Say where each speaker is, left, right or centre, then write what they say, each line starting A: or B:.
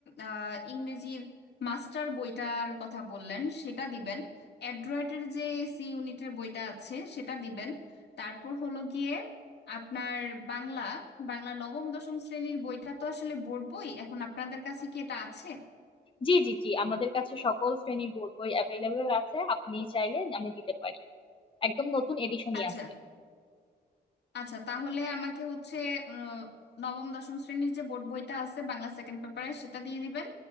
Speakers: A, on the left; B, on the left.
A: আহ, ইংরেজির মাস্টার বইটার কথা বললেন সেটা দিবেন অ্যাড্রয়েডের যে সি ইউনিটের বইটা আছে সেটা দিবেন তারপর হলো গিয়ে আপনার বাংলা বাংলা নবম দশম শ্রেণীর বইটা তো আসলে বোর্ড বই এখন আপনাদের কাছে কি এটা আছে
B: জি জি জি আমাদের কাছে সকল শ্রেণীর বোর্ড বই অ্যাভেলেবল আছে আপনি চাইলে আমি দিতে পারি একদম নতুন এডিশনই
A: আচ্ছা
B: আছে
A: আচ্ছা তাহলে আমাকে হচ্ছে আহ, নবম দশম শ্রেণীর যে বোর্ড বইটা আছে বাংলা সেকেন্ড পেপারে সেটা দিয়ে দিবেন